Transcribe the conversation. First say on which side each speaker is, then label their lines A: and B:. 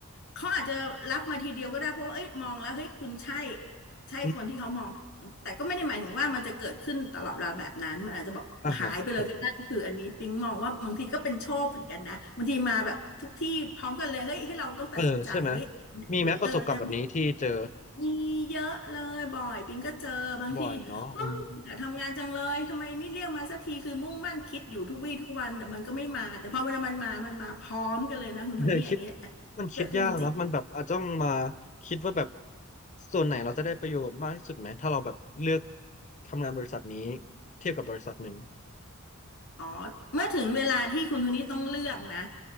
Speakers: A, on the left; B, on the left.
A: เขาอาจจะรับมาทีเดียวก็ได้เพราะว่าเอ้ยมองแล้วเฮ้ยคุณใช่ใช่คนที่เขามองหาแต่ก็ไม่ได้หมายถึงว่ามันจะเกิดขึ้นตลอดเวลาแบบนั้นมันอาจจะบอกหายไปเลยก็ได้คืออันนี้ปิ๊งมองว่าบางทีก็เป็นโชคเหมือนกันนะบางทีมาแบบทุกที่พร้อมกันเลยเฮ้ยให้เราต้องตัดสินใจเฮ้ยเอาไหนดีเออแต่
B: อืมอ่าฮะครับเออใช่ไหมมีไหมประสบการณ์แบบนี้ที่เจอ
A: มีเยอะเลยบ่อยปิงก็เจอบางทีเฮ้ยอยากทำงานจังเลยทำไมไม่เรียกมาสักทีคือมุ่งมั่นคิดอยู่ทุกวี่ทุกวันแต่มันก็ไม่มาแต่พอเวลามันมามันมาพร้อมกันเลยนะคุณโทนี่อันนี้อันนี้เกิดขึ้นจริง
B: บ่อยเนาะอืม เนยคิดมันคิดยากนะมันแบบอาจจะต้องมาคิดว่าแบบส่วนไหนเราจะได้ประโยชน์มากที่สุดไหมถ้าเราแบบเลือกทำงานบริษัทนี้เทียบกับบริษัทหนึ่ง
A: ๆอ๋อเมื่อถึงเวลาที่คุณโทนี่ต้องเลือกนะ